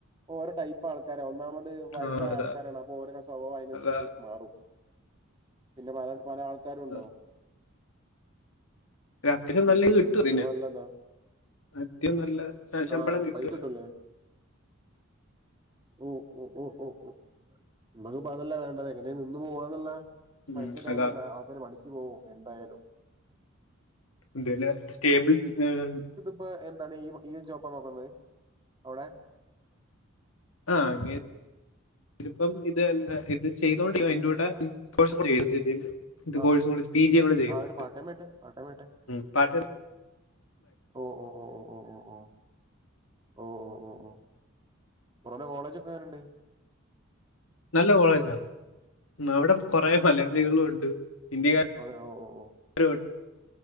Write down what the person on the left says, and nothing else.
ആഹ് അതാ
അതാ
ആ. രാത്രി നല്ലത്
കിട്ടൊ
ഇതിന്
ആദ്യം നല്ല ശമ്പളം
കിട്ടുവല്ലൊ
ഉം.
അതാ
ഇതിന് സ്റ്റേബ്ൾ ഏഹ്
ആഹ് അങ്ങ ഇതിപ്പം ഇത് എന്താ ഇത് ചെയ്തോണ്ട് അയ്ന്റോട കോഴ്‌സും ചെയ്ത് ഇന്ത്
കോഴ്സു കൂടെ പി ജി കൂടെ ചെയ്യുന്നുണ്ട്
ഉം പാടൈം
നല്ല കോളേജാ അവിടെ കൊറേ മലയാളികളും ഉണ്ട് ഹിന്ദിക്കാ
അരുവെട്